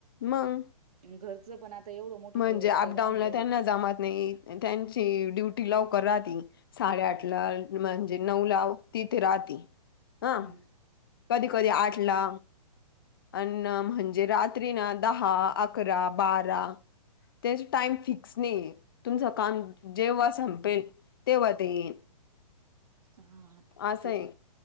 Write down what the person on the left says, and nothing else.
मग
म्हणजे
अपडाऊनला
त्यांना जमत नाही त्यांची ड्युटी लवकर राह साडेआठ ला म्हणजे नऊ ला तिथे राात्री हा
कधी कधी आठला अन्न म्हणजे रात्री ना दहा अकरा बारा त्याच टाइम फिक्स नाही तुमचं काम जेव्हा संपेल तेव्हा ते येईन
असं
आहे